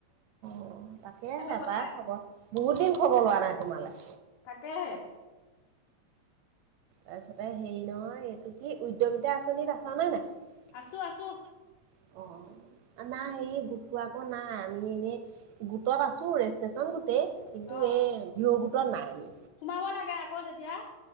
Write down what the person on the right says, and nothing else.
অ তাকে
পাই খবৰ বহুত দিন খবৰ লোৱা নাই তোমালে
তাৰপিছতে ‍হেৰি নহয় এইটো সি উদ্যমিতা আঁচনিত আছ নে নাই?
অ নাই হেৰি গোটটো আকৌ নাই আমি এনেই গোটত আছো ৰেষ্টেশচন গোটেই। কিন্তু
এই ভিঅও গোটত নাই আমি।